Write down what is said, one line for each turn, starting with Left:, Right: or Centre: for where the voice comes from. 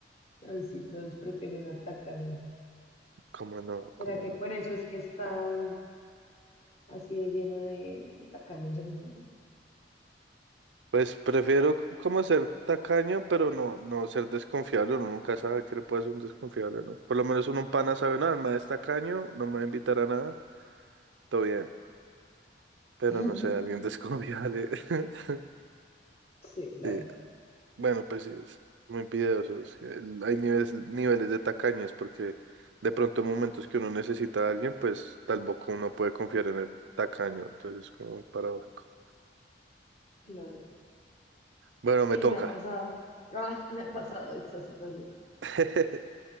Left: Así todos prefieren al tacaño.
Right: ¿Cómo no?
Left: ¿Será
Right: ¿Cómo
Left: que
Right: no?
Left: por eso es que está así de lleno de, de tacaños el mundo?
Right: Pues prefiero c- como ser tacaño, pero no, no ser desconfiable. Uno nunca sabe que le puede ser un desconfiable, ¿no? Por lo menos uno un pana sabe, nada el mae es tacaño, no me va a invitar a nada, todo bien. Pero
Left: <laughs>
Right: no sé, alguien desconfiable. <laughs>
Left: Sí, claro.
Right: Sí, Bueno, pues sí, es muy piadosos. El- Hay niveles, niveles de tacaños porque de pronto en momentos que uno necesita a alguien, pues tampoco uno puede confiar en el tacaño. Entonces es como muy paradójico.
Left: Claro.
Right: Bueno,
Left: Sí,
Right: me toca,
Left: me ha pasado. Ah, me ha pasado esta situación.
Right: <laughs>